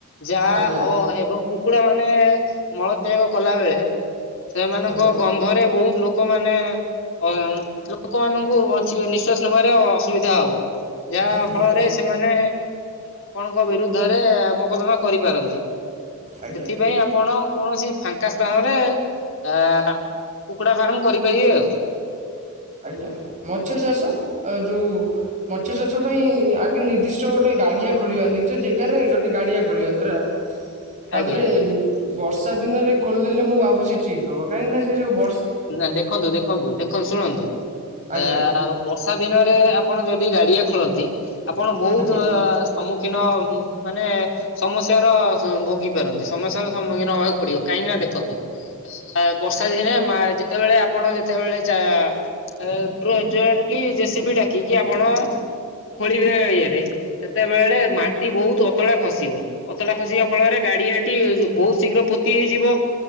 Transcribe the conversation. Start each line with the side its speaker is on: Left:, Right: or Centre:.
Left: ଯା
Right: ଆଜ୍ଞା
Left: ଅ ଏବଂ କୁକୁଡା ମାନେ ମଳତ୍ୟାଗ କଲା ବେଳେ। ସେମାନଙ୍କ
Right: ଆଜ୍ଞା
Left: ଗନ୍ଧରେ ବହୁତ ଲୋକମାନେ। ଅଃ ଲୋକମାନଙ୍କୁ ବଞ୍ଚି ନିଶ୍ବାସ ନେବାରେ ଅସୁବିଧା ହବ। ଯାହା
Right: ଆଜ୍ଞା
Left: ଫଳରେ ସେମାନେ ଆପଣଙ୍କ ବିରୁଦ୍ଧରେ ମକଦ୍ଦମା କରିପାରନ୍ତି।
Right: ଆଜ୍ଞା
Left: ସେଥିପାଇଁ ଆପଣ କୌଣସି ଫାଙ୍କା ସ୍ଥାନରେ ଆ କୁକୁଡା ଫାର୍ମ କରିପାରିବେ ଆଉ।
Right: ଆଜ୍ଞା, ମତ୍ସ୍ୟ ଚାଷ ଆ ଯୋଉ ମତ୍ସ୍ୟ ଚାଷ ପାଇଁ ଆଗେ ନିର୍ଦ୍ଦିଷ୍ଟ ଗୋଟେ ଗାଡିଆ ଖୋଳିବା ନିଜ ଜେଗାରେ ଗୋଟେ ଗାଡିଆ ଖୋଳିବା ଦ୍ଵାରା <unintelligible> ତା
Left: ଆଜ୍ଞା।
Right: ଦେହରେ ବର୍ଷା ଦିନରେ ଖୋଲିଦେଲେ ମୁଁ ଭାବୁଛି ଠିକ ହବ କାହିଁକିନା ସେ ଯୋଉ ବ
Left: ନା ଦେଖନ୍ତୁ-ଦେଖନ୍ତୁ-ଦେଖନ୍ତୁ, ଶୁଣନ୍ତୁ
Right: ଆଜ୍ଞା
Left: ଆ ବର୍ଷା ଦିନରେ ଆପଣ ଯଦି ଗାଡ଼ିଆ ଖୋଳନ୍ତି ଆପଣ ବହୁତ
Right: ଆଜ୍ଞା
Left: ସମ୍ମୁଖୀନ ମାନେ ସମସ୍ୟାର ଭୋଗି ପାରନ୍ତି ସମସ୍ୟାର ସମ୍ମୁଖୀନ ହବାକୁ ପଡିବ କାହିଁକି ନା ଦେଖନ୍ତୁ ଆ ବର୍ଷା ଦିନେ ମା ଯେତେବେଳେ ଆପଣ ଯେତେବେଳେ ଚା ଏ ଟ୍ରୋଜର କି ଜେସିବି ଡାକି କି ଆପଣ ଖୋଳିବେ ଇଏରେ। ସେତେବେଳେ ମାଟି ବହୁତ ଅତଡା ଖସିବ। ଅତଡ଼ା ଖସିବା ଫଳରେ ଗାଡିଆଟି ବହୁତ ଶୀଘ୍ର ପୋତି ହେଇଯିବ।